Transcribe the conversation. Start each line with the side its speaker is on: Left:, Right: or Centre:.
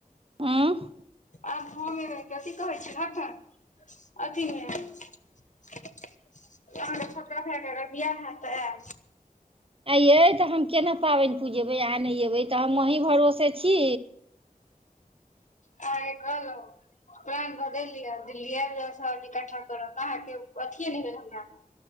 Right: हँ
Left: आब हम एबै कथी कहै छै अथि मे अहाँके छोटका भायके अगर बिआह हेत तऽ आएब
Right: आई यै तऽ हम केना पाबैन पूजेबै आहाँ नहि अबै तऽ हम अहीँ भरोसे छी
Left: आ कहल प्राण बदल दिअ दिल्ली आबि जाउ सहरजी कट्ठा करब अहाँके अथिए नहि भेल